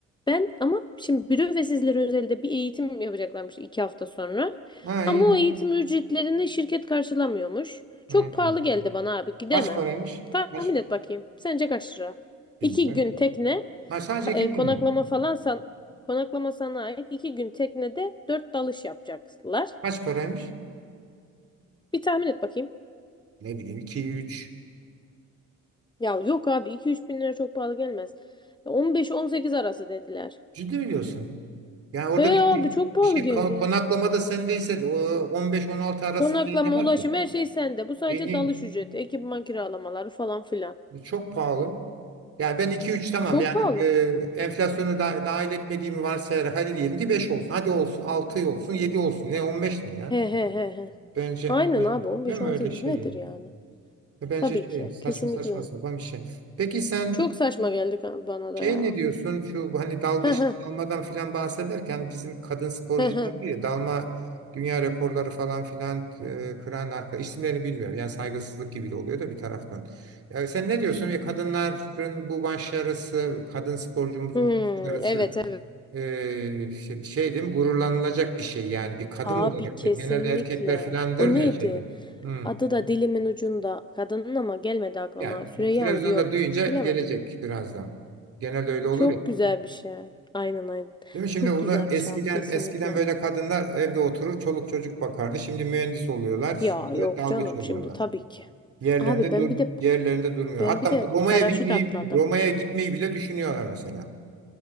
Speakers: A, on the left; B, on the right.
A: Ben ama şimdi büro ve sizlere özelde bir eğitim yapacaklarmış iki hafta sonra.
B: Ha
A: Ama
B: iyi.
A: o eğitim ücretlerini şirket karşılamıyormuş. Çok
B: Hı hı.
A: pahalı geldi bana abi gidemem.
B: Kaç paraymış?
A: Tahmin
B: Kaç?
A: et bakayım. Sence kaç lira?
B: Bilmiyorum.
A: İki gün tekne,
B: Ha sadece
A: ka-
B: iki
A: e,
B: gün
A: konaklama
B: mü?
A: falan san, konaklama sana ait. iki gün teknede dört dalış yapacaklar.
B: Kaç paraymış?
A: Bir tahmin et bakayım.
B: Ne bileyim iki üç.
A: Ya yok abi iki üç bin lira çok pahalı gelmez. On beş on sekiz arası dediler.
B: Ciddi mi diyorsun? Yani orada
A: He
B: bir
A: abi
B: şey,
A: çok pahalı
B: bir şey
A: geldi.
B: kon- konaklama da sendeyse de, o 15-16 arasında
A: Konaklama,
B: ne var
A: ulaşım
B: ki?
A: her şey sende. Bu sadece
B: Beyni
A: dalış ücreti, ekipman kiralamaları falan filan.
B: çok pahalı. Yani ben iki üç tamam
A: Çok
B: yani
A: pahalı.
B: e, enflasyonu da, dahil etmediğimi varsayarak hadi diyelim ki 5 olsun. Hadi olsun 6 olsun 7 olsun. Ne 15 ne ya?
A: He he he he.
B: Bence,
A: Aynen
B: bence
A: abi 15-18
B: değil mi öyle şey
A: nedir
B: yani?
A: yani?
B: Bence
A: Tabii
B: şey
A: ki.
B: saçma
A: Kesinlikle.
B: saçma sapan bir şey. Peki sen
A: Çok saçma geldi ka- bana
B: Şey
A: da ya.
B: ne diyorsun şu hani dalgıç
A: He he
B: dalmadan filan bahsederken bizim kadın sporcular
A: he he.
B: var ya dalma dünya rekorları falan filan e, kıran arka isimlerini bilmiyorum. Yani saygısızlık gibi de oluyor da bir taraftan. Yani sen ne diyorsun ve kadınların bu başarısı, kadın sporcumuzun
A: Hmm,
B: başarısı
A: evet evet.
B: e, şey, şey değil mi gururlanılacak bir şey yani bir kadın
A: Abi
B: olarak
A: kesinlikle.
B: da genelde erkekler filandır
A: O neydi?
B: ya şeyler. Hmm.
A: Adı da dilimin ucunda. Kadının ama gelmedi aklıma.
B: Yani
A: Süreyya
B: bir televizyonda
A: mı diyor.
B: duyunca
A: Bilemedim.
B: gelecek birazdan. Genelde öyle olur
A: Çok
B: ya.
A: güzel bir şey. Aynen aynen.
B: Değil mi? Şimdi
A: Çok
B: bunu
A: güzel
B: eskiden
A: bir şey abi kesinlikle.
B: eskiden böyle kadınlar evde oturur, çoluk çocuk bakardı. Şimdi mühendis oluyorlar,
A: Ya
B: bir de
A: yok
B: dalgıç
A: canım
B: oluyorlar.
A: şimdi tabii ki.
B: Yerlerinde
A: Abi ben
B: dur
A: bir de
B: yerlerinde durmuyor.
A: ben
B: Hatta
A: bir de
B: bu Roma'ya
A: paraşüt
B: bitmeyi
A: atladım.
B: Roma'ya gitmeyi bile düşünüyorlar mesela.